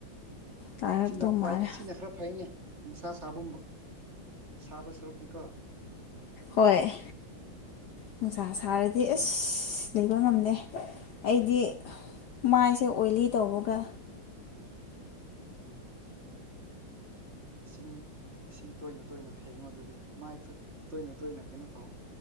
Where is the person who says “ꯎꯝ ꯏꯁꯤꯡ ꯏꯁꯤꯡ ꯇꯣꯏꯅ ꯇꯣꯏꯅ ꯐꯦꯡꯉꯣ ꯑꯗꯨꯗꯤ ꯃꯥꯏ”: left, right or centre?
Right